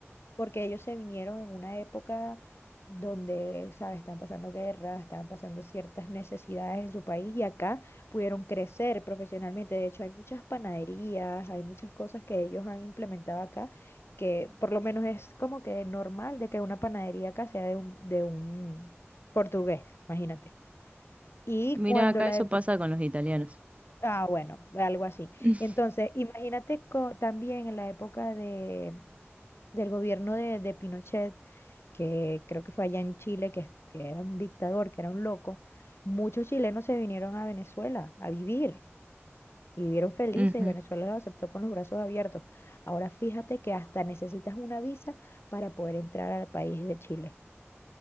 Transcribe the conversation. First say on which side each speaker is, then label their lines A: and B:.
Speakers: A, on the left (about 60°); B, on the right (about 30°).
A: porque ellos se vinieron en una época donde, ¿sabes? Estaban pasando guerras, estaban pasando ciertas necesidades en su país y acá pudieron crecer profesionalmente. De hecho, hay muchas panaderías, hay muchas cosas que ellos han implementado acá, que por lo menos es como que normal de que una panadería acá sea de un, de un portugués, imagínate. Y
B: mira,
A: cuando
B: acá
A: la...
B: eso
A: ep-
B: pasa con los italianos.
A: Ah, bueno, algo así.
B: <laughs>
A: Entonces, imagínate co- también en la época de, del gobierno de, de Pinochet, que creo que fue allá en Chile, que, que era un dictador, que era un loco, muchos chilenos se vinieron a Venezuela a vivir y vivieron felices.
B: Ujú.
A: Venezuela los aceptó con los brazos abiertos. Ahora fíjate que hasta necesitas una visa para poder entrar al país de Chile.